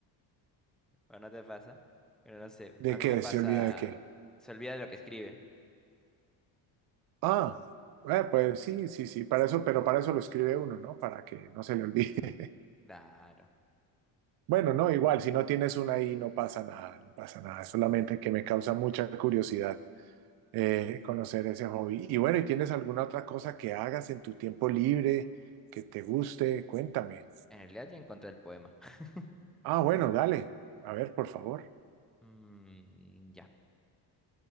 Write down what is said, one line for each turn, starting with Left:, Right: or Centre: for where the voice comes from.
Centre: ¿o no te pasa? Pero no sé,
Right: ¿de
Centre: a mí
Right: qué?
Centre: me pasa,
Right: ¿Se olvida de qué?
Centre: se olvida de lo que escribe.
Right: Ah, eh, pues sí, sí, sí, para eso, pero para eso lo escribe uno, ¿no? Para que no se le olvide. <laughs>
Centre: Claro.
Right: Bueno, no, igual, si no tienes una ahí no pasa nada, no pasa nada, es solamente que me causa mucha curiosidad eh, conocer ese hobby. Y bueno, ¿y tienes alguna otra cosa que hagas en tu tiempo libre que te guste? Cuéntame.
Centre: En realidad ya encontré el poema. <laughs>
Right: Ah, bueno, dale, a ver, por favor.
Centre: Mm, ya.